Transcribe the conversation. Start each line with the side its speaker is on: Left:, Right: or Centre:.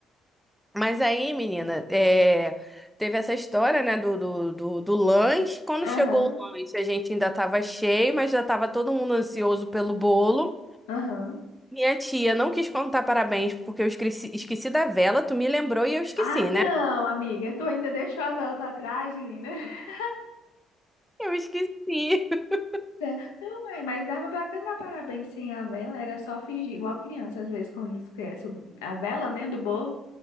Centre: <laughs> Mas aí, menina, é, teve essa história, né, do, do, do, do lanche. Quando
Left: Aham,
Centre: chegou o lanche, a gente ainda tava cheio, mas já tava todo mundo ansioso pelo bolo.
Left: aham.
Centre: Minha tia não quis contar parabéns porque eu esqueci, esqueci da vela, tu me lembrou e eu esqueci,
Left: Ah, não,
Centre: né?
Left: amiga, tu ainda deixou a vela para trás, menina. <laughs>
Centre: Eu esqueci. <laughs>
Left: É, Não, mãe, mas dava pra cantar parabéns sem a vela, era só fingir, igual criança, às vezes, quando esquece o- a vela, né, do bolo.